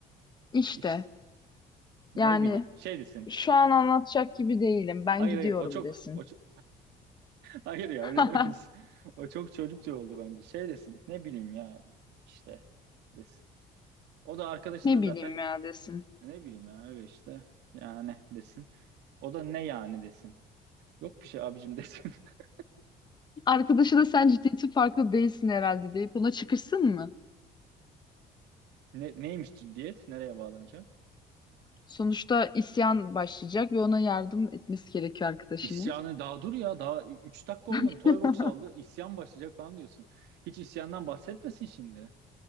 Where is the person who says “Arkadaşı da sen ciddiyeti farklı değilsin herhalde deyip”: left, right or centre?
Left